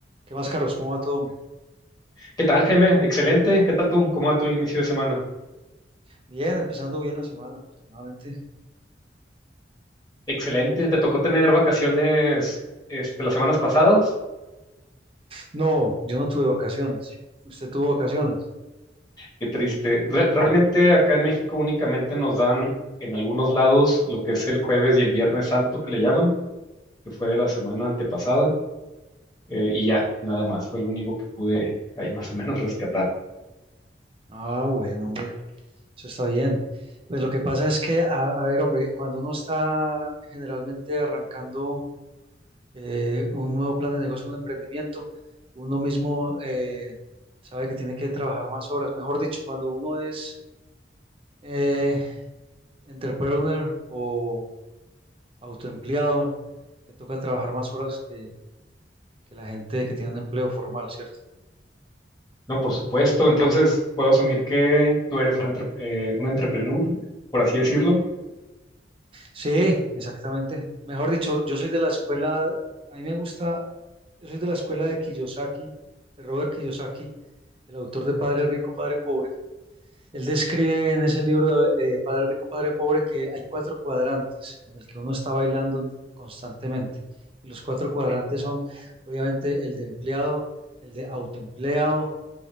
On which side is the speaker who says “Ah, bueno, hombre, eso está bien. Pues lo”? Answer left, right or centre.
Right